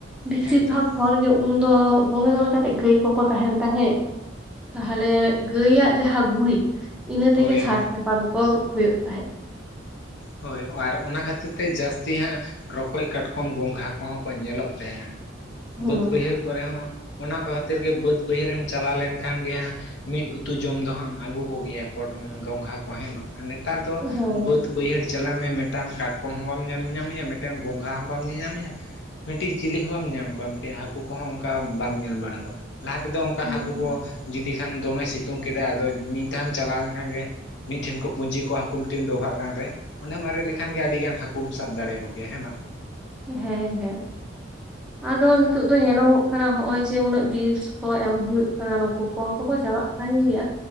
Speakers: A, in the centre; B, on the left (about 65°).
A: ᱵᱮᱥᱤᱨ
B: ᱮᱠᱫᱚᱢ
A: ᱵᱷᱟᱜ ᱦᱚᱲ ᱜᱮ ᱩᱱ ᱫᱚ ᱫᱚᱢᱮ ᱫᱚᱢᱮ ᱠᱟᱛᱮ ᱜᱟᱹᱭ ᱠᱚ ᱠᱚ ᱛᱟᱦᱮᱸᱱ ᱛᱟᱦᱮᱸᱫ ᱛᱟᱦᱚᱞᱮ ᱜᱟᱹᱭ ᱟᱜ ᱡᱟᱦᱟᱸ ᱜᱩᱨᱤᱡ ᱤᱱᱟᱹ ᱛᱮᱜᱮ
B: ᱦᱳᱭ ᱦᱳᱭ
A: ᱥᱟᱨ ᱪᱟᱯᱟᱱ ᱠᱚ ᱦᱩᱭᱩᱜ ᱛᱟᱦᱮᱸᱫ
B: ᱦᱚᱭ ᱟᱨ ᱚᱱᱟ ᱠᱷᱟᱹᱛᱤᱨ ᱛᱮ ᱡᱟᱹᱥ ᱛᱤ ᱦᱟᱸᱜ ᱨᱚᱠᱚᱡ ᱠᱟᱴᱠᱚᱢ ᱜᱚᱝᱜᱷᱟ ᱠᱚᱦᱚᱸ ᱠᱚ ᱧᱮᱞᱚᱜ ᱛᱟᱦᱮᱸᱜᱼᱟ
A: ᱦᱩᱸ
B: ᱵᱟᱹᱫᱽ ᱵᱟᱹᱭᱦᱟᱹᱲ ᱠᱚᱨᱮ ᱦᱚᱸ ᱚᱱᱟ ᱠᱚ ᱠᱷᱟᱹᱛᱤᱨ ᱜᱮ ᱵᱟᱹᱫᱽ ᱵᱟᱹᱭᱦᱟᱹᱲ ᱮᱢ ᱪᱟᱞᱟᱣ ᱞᱮᱱ ᱠᱷᱟᱱ ᱜᱮ ᱦᱟᱸᱜ ᱢᱤᱫ ᱩᱛᱩ ᱡᱚᱢ ᱫᱚ ᱦᱟᱸᱜ ᱮᱢ ᱟᱹᱜᱩ ᱠᱚ ᱜᱮᱭᱟ ᱠᱚᱴᱚᱝ ᱜᱚᱝᱜᱷᱟ ᱠᱚ ᱦᱮᱸ ᱵᱟᱝ ᱱᱮᱛᱟᱨ ᱫᱚ
A: ᱦᱮᱸ
B: ᱵᱟᱹᱫ ᱵᱟᱹᱭᱦᱟᱹᱲ ᱪᱟᱞᱟᱜ ᱢᱮ ᱢᱤᱫ ᱴᱟᱱ ᱠᱟᱴ ᱠᱚᱢ ᱦᱚᱸ ᱵᱟᱢ ᱧᱮᱞ ᱧᱟᱢᱮᱭᱟ ᱢᱤᱫ ᱴᱟᱱ ᱜᱚᱝᱜᱷᱟ ᱦᱚᱸ ᱵᱟᱢ ᱧᱮᱞ ᱧᱟᱢᱮᱭᱟ ᱢᱤᱫᱴᱤᱡ ᱪᱤᱞᱤ ᱦᱚᱸ ᱵᱟᱢ ᱧᱟᱢ ᱠᱚᱣᱟ᱾ ᱢᱤᱫᱴᱤᱡ ᱦᱟᱹᱠᱩ ᱠᱚᱦᱚᱸ ᱚᱱᱠᱟ ᱵᱟᱢ ᱧᱮᱢ ᱵᱟᱲᱟ ᱠᱚᱣᱟ᱾ ᱞᱟᱦᱟ ᱛᱮᱫᱚ ᱚᱱᱠᱟ
A: ᱦᱮᱸ
B: ᱦᱟᱹᱠᱩ ᱠᱚ ᱡᱩᱫᱤ ᱠᱷᱟᱱ ᱫᱚᱢᱮ ᱥᱤᱛᱩᱝ ᱠᱮᱫᱟ ᱟᱫᱚ ᱢᱤᱫ ᱫᱷᱟᱣ ᱮᱢ ᱪᱟᱞᱟᱣ ᱞᱮᱱ ᱠᱷᱟᱱ ᱜᱮ ᱢᱤᱫ ᱴᱷᱮᱱ ᱠᱚ ᱯᱩᱸᱡᱤ ᱠᱚᱜ ᱦᱟᱹᱠᱩ ᱢᱤᱫ ᱴᱮᱱ ᱰᱚᱵᱷᱟᱜ ᱜᱟᱱ ᱨᱮ ᱚᱱᱮᱢ ᱟᱨᱮᱡ ᱞᱮᱠᱷᱟᱱ ᱜᱮ ᱟᱹᱰᱤ ᱜᱟᱱ ᱦᱟᱹᱠᱩᱢ ᱥᱟᱵ ᱫᱟᱲᱮ ᱟᱠᱚ ᱠᱮᱭᱟ ᱦᱮᱸ ᱵᱟᱝ
A: ᱦᱮᱸ ᱦᱮᱸ ᱟᱫᱚ ᱱᱤᱛᱚᱜ ᱫᱚ ᱧᱮᱞᱚᱜᱚᱜ ᱠᱟᱱᱟ ᱦᱚᱜ-ᱚᱭ ᱡᱮ ᱩᱱᱟᱹᱜ ᱵᱤᱥ ᱠᱚ ᱮᱢ ᱦᱩᱭᱩᱜ ᱠᱟᱱᱟ ᱱᱩᱠᱩ ᱠᱚᱦᱚᱸ ᱫᱚ ᱠᱚ ᱪᱟᱵᱟᱜ ᱠᱟᱱ ᱜᱮᱭᱟ